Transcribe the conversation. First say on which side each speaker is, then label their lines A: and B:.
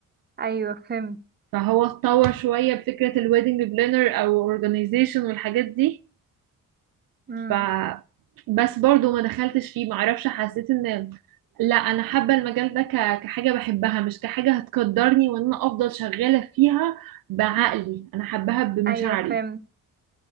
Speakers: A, on the right (about 30°); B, on the right (about 70°).
A: ايوه فهمت
B: فهو اتطور شوية بفكرة الويدنج بلانر او اورجانيزيشن والحاجات دي
A: امم
B: ف بس برضو ما دخلتش فيه معرفش حسيت ان لا انا حابة المجال ده ك- كحاجة بحبها مش كحاجة هتقدرني وان انا افضل شغالة فيها بعقلي انا حباها بمشاعري
A: ايوه فهمت